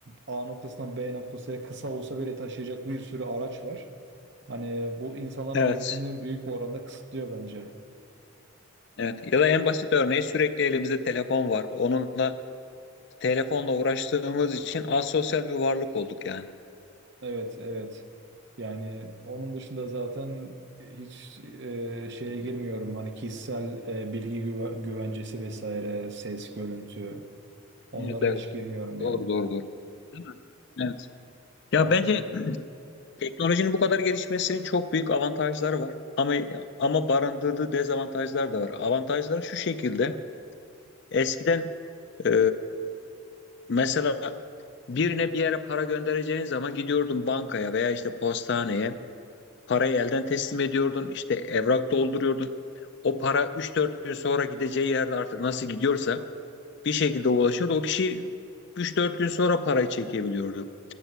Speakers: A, on the right (about 55°); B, on the left (about 55°).
A: A noktasından B noktasına kısa olsa bile taşıyacak bir sürü araç var. Hani bu insanların
B: Evet.
A: hareketini büyük bir oranda kısıtlıyor bence.
B: Evet. Ya da en basit örneği sürekli elimizde telefon var. Onunla telefonla uğraştığımız için asosyal bir varlık olduk yani.
A: Evet, evet. Yani onun dışında zaten hiç e, şeye girmiyorum. Hani kişisel e, bilgi güve- güvencesi vesaire, ses, görüntü. Onlara
B: Evet, evet.
A: hiç girmiyorum
B: Doğru,
A: yani.
B: doğru, doğru. Değil mi? Evet. Ya
A: Yani
B: bence teknolojinin bu kadar gelişmesinin çok büyük avantajları var. Ama ama barındırdığı dezavantajlar da var. Avantajları şu şekilde. Eskiden e, mesela birine bir yere para göndereceğin zaman gidiyordun bankaya veya işte postaneye. Parayı elden teslim ediyordun. işte evrak dolduruyordun. O para üç dört gün sonra gideceği yerde artık nasıl gidiyorsa bir şekilde ulaşıyordu. O kişi üç dört gün sonra parayı çekebiliyordu.